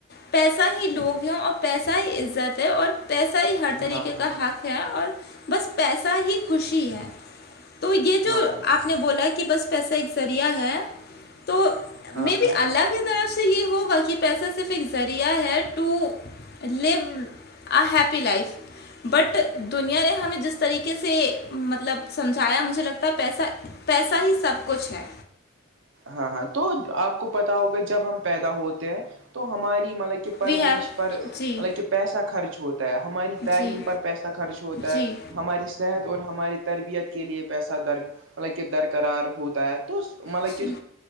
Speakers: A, on the left; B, on the right.
A: پیسہ ہی لوگ ہے اور پیسہ ہی عزت ہے اور پیسہ ہی ہر طریقے
B: ہاں ہاں
A: کا حق ہے اور بس پیسہ ہی خوشی ہے تو یہ
B: ہاں ہاں
A: جو
B: ہاں
A: آپ نے بولا کہ بس پیسہ ایک ذریعہ ہے تو
B: ہاں
A: مے
B: ہاں
A: بی اللہ کی طرف سے یہ ہوگا کہ پیسہ صرف ایک ذریعہ ہے to live a happy life but دنیا نے ہمیں جس طریقے سے مطلب سمجھایا مجھے لگتا ہے پیسہ پیسہ ہی سب کچھ ہے
B: ہاں ہاں تو آپ کو پتا ہوگا جب ہم پیدا ہوتے ہیں تو ہماری مطلب کہ پرورش
A: وی ہیو
B: پر
A: جی
B: حالانکہ پیسہ خرچ ہوتا ہے ہماری تعلیم
A: جی
B: پر پیسہ خرچ ہوتا
A: جی
B: ہے ہماری صحت اور ہماری تربیت کے لیے پیسہ در مطلب کہ درقرار ہوتا ہے مطلب
A: سن
B: کہ